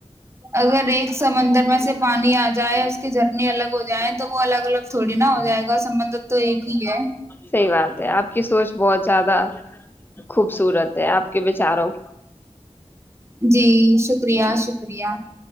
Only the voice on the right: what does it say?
اگر ایک سمندر گر میں سے پانی آ جائے کی جھرنی الگ ہو جائےیں تو وہ الگ الگ تھوڑی نا ہو جائے گا سبندت تو ایک ہی ہے
جی شکریہ شکریہ